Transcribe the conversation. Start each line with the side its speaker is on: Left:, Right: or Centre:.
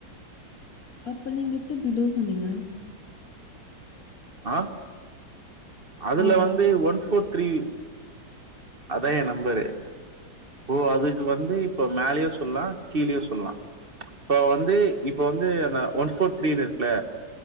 Left: அப்ப நீங்க எப்டி பிலோ சொன்னீங்க
Right: அ அதுல
Left: ஆ.
Right: வந்து ஒன் ஃபோர் த்ரீ அதா ஏ நம்பரு இப்போ அதுக்கு வந்து இப்போ மேலயு சொல்லா கீழயு சொல்லா இப்ப வந்து இப்ப வந்து அந்த ஒன் ஃபோர் த்ரீன்ருக்குல